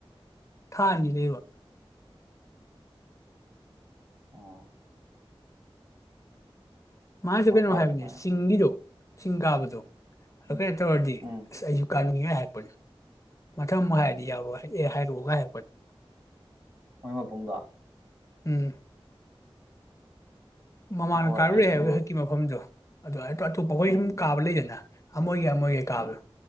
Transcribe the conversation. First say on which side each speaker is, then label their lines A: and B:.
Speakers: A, on the left; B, on the right.
A: ꯊꯥꯅꯤ ꯂꯩꯕ
B: ꯑꯣ
A: ꯃꯥꯁꯨꯦ
B: ꯍꯣꯏ
A: ꯀꯩꯅꯣ
B: ꯐꯔꯦ
A: ꯍꯥꯏꯕꯅꯦ
B: ꯐꯔꯦ ꯑꯗꯨ
A: ꯤꯡꯒꯤꯗꯣ ꯁꯤꯡ ꯀꯥꯕꯗꯣ
B: ꯎꯝ
A: ꯀꯩꯅꯣ ꯇꯧꯔꯗꯤ
B: ꯎꯝ
A: ꯑꯁ ꯑꯩꯁꯨ ꯀꯥꯅꯤꯡꯉꯤ ꯒ ꯍꯦꯛꯄꯅꯤ ꯃꯊꯪ ꯍꯥꯏꯔꯗꯤ ꯌꯥꯎꯔꯣ ꯑꯦ ꯍꯥꯏꯔꯛꯑꯣꯒ ꯍꯦꯛꯄꯅꯤ
B: ꯃꯣꯏ ꯃꯕꯨꯡꯗꯣ
A: ꯎꯝ ꯃꯃꯥꯟ
B: ꯍꯣꯏ
A: ꯀꯥꯔꯨꯔꯦ
B: ꯑꯩꯁꯨ
A: ꯍꯥꯏꯕ ꯍꯧꯖꯤꯛꯀꯤ ꯃꯐꯝꯗꯣ ꯑꯗꯨ ꯑꯇꯣꯞꯄꯈꯣꯏ
B: ꯎꯝ
A: ꯁꯨꯝ ꯀꯥꯕ ꯂꯩꯗꯅ ꯑꯃꯣꯏ ꯌꯦ ꯀꯥꯕ
B: ꯎꯝ